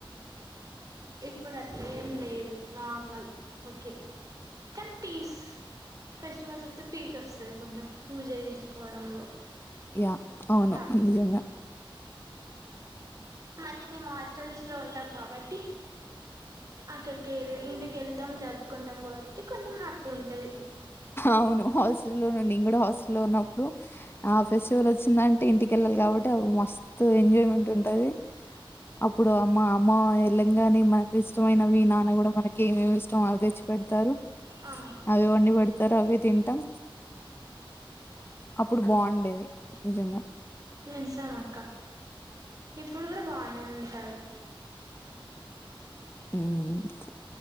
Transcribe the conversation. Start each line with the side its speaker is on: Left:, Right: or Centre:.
Right: ఇప్పుడు అట్లేం లేదు నార్మల్ ఓకె కానీ పీస్ ఫెస్టివల్స్ వత్తె పీస్ వస్తాది. కొంచం పూజ చేసుకోవడంలో
Left: యా అవును
Right: హ్యాపీ
Left: నిజంగా
Right: మళ్ళీ మేము హాస్టల్స్ లో ఉంటాం కాబట్టి అక్కడికెల్ ఇంటికెళ్తాం జరుపుకుంటాం కాబట్టి కొంచెం హ్యాపీ ఉంటది.
Left: అవును హాస్టెలోనె నేను గూడ హాస్టెలో ఉన్న ప్పుడు ఆ ఫెస్టివల్ వచ్చిందంటే ఇంటికెళ్ళల్ కాబట్టి అవు మస్తు ఎంజాయ్మెంట్ ఉంటది. అప్పుడు అమ్మా అమ్మ వెళ్ళంగానే మనకిస్ ఇష్టమైనవి నాన్న గుడా మనకి ఏమేమిస్ టం అవి తెచ్చిపెడ్ తారు
Right: ఆ
Left: అవి వండి బెడత్ తారు అవి తింటాం అప్పుడు బాగుండేది. నిజంగా
Right: నిజం అక్కా ఇప్పుడు కూడ బానే ఉంటాది
Left: ఉం